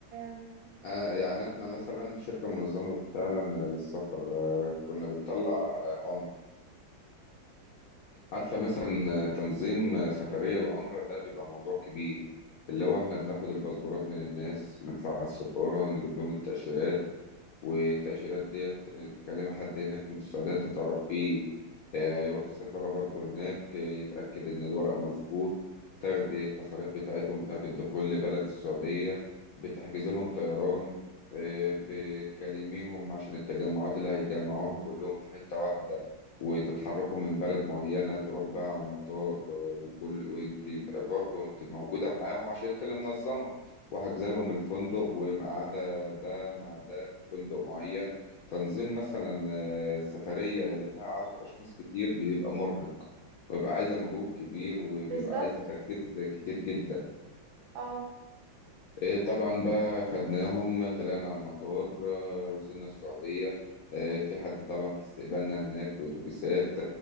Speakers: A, on the right; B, on the left.
A: أم،
B: آه يعني احنا مثلا شركة منظمة فعلا للسفر آه كنا بنطلع آه عمرة عارفة مثلا تنظيم سفرية العمرة ده بيبقى موضوع كبير اللي
A: أم،
B: هو احنا بناخد الباسبورات من الناس نطلع على السفارة نجيب لهم التأشيرات والتأشيرات ديت تكلم حد هناك من السعودية انت تعرفيه آه، يروح السفارة برضه هناك آه، يتأكد ان الورق مظبوط تاخد التصاريح بتاعتهم بتاعت الدخول لبلد السعودية بتحجز لهم طيران آه، بتكلميهم عشان التجمعات اللي هيتجمعوها كلهم في حتة واحدة وتتحركوا من بلد معينة تروح بقى على المطار آه، وكل وانت يبقى برضه انت موجودة معاهم عشان انت اللي منظمة وحاجزة لهم الفندق ومقعدة ده مع ده في فندق معين تنظيم مثلا آه، سفرية اللي فيها عدد أشخاص كتير بيبقى مرهق وبيبقى عايزة مجهود كبير وبيبقى
A: بالظبط
B: عايزة تركيز كتير جدا
A: اه
B: إيه طبعا بقى خدناهم طلعنا على المطار آه، وصلنا السعودية آه، في حد طبعا في استقبالنا هناك بأتوبيسات